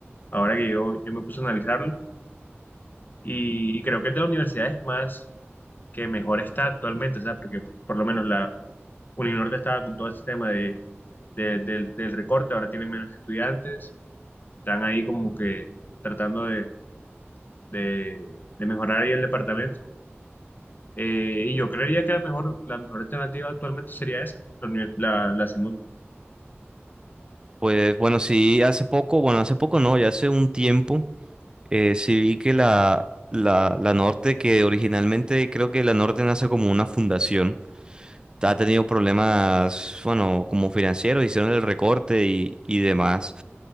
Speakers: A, on the left (about 45°); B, on the right (about 20°).
A: Ahora que yo, yo me puse a analizarlo, y, y creo que es de las universidades más que mejor está actualmente, o sea, porque por, por lo menos la Uninorte estaba con todo ese tema de, de- del, del recorte, ahora tienen menos estudiantes, están ahí como que tratando de, de, de mejorar ahí el departamento. Eh, y yo creería que la mejor, la mejor alternativa actualmente sería esa, la, uni- la, la Simón.
B: Pues bueno, sí, hace poco, bueno, hace poco no, ya hace un tiempo Eh, sí vi que la, la, la Norte, que originalmente creo que la Norte nace como una fundación, ha tenido problemas, bueno, como financieros, hicieron el recorte y, y demás.